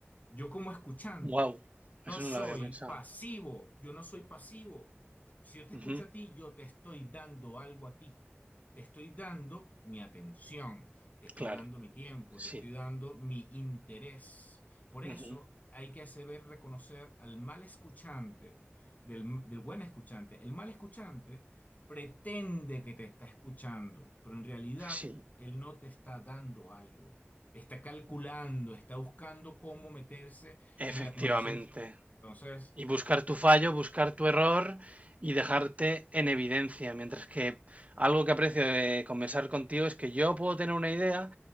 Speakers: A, on the left; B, on the right.
A: Yo como escuchante
B: Wow, eso
A: no soy
B: no lo había pensado.
A: pasivo, yo no soy pasivo. Si yo te
B: Ujú,
A: escucho a ti, yo te estoy dando algo a ti. Te estoy dando mi atención, te estoy
B: claro,
A: dando mi tiempo,
B: sí,
A: te estoy dando mi interés. Por
B: ujú,
A: eso hay que saber reconocer al mal escuchante del, del buen escuchante. El mal escuchante pretende que te está escuchando, pero en realidad
B: sí,
A: él no te está dando algo está calculando, está buscando cómo meterse
B: efectivamente.
A: en la conversación. Entonces,
B: y buscar tu fallo, buscar tu error y dejarte en evidencia. Mientras que algo que aprecio de conversar contigo es que yo puedo tener una idea,